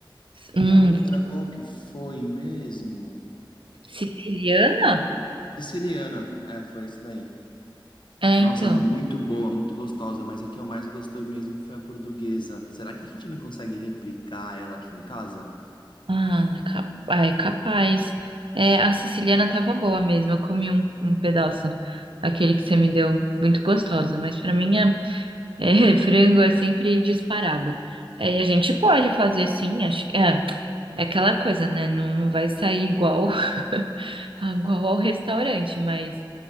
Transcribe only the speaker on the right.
hum,
siciliana?
É,
então.
Ah, ca- ai, capaz. É, a siciliana tava boa mesmo. Eu comi um, um pedaço, aquele que você me deu, muito gostoso Mas pra mim, é, é, <laughs> frango é sempre disparado. É, e a gente pode fazer sim. Acho, é, é aquela coisa, né? Não, não vai sair igual, <laughs> igual ao restaurante, mas